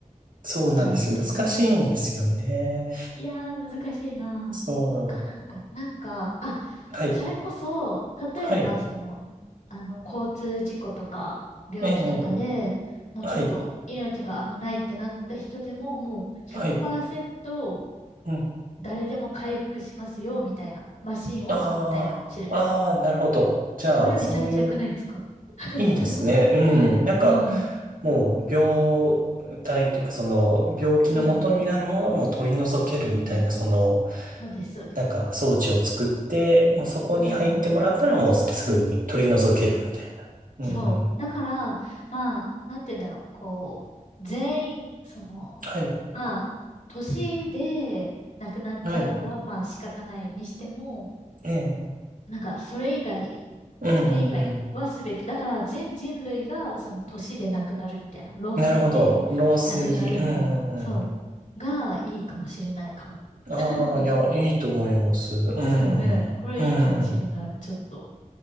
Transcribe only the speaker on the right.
そうなんですよ。
難しいんですよね。
そ
う。はい。
はい。
ええ、
はい。
はい。うん。
ああ、ああ、なるほど。じゃあ、
そういう、
いいですね。うん。なんか、
もう、病態というか、その、病気の元になるものも取り除けるみたいな、
その、
なんか装置を作って、もうそこに入ってもらったらもうすぐに取り除けるみたいな。
うん。
はい。
はい。
ええ。
うんうんう
ん。なるほど。漏水。うんうんう
ん。ああ、
いや、いいと思います。うん。
うん。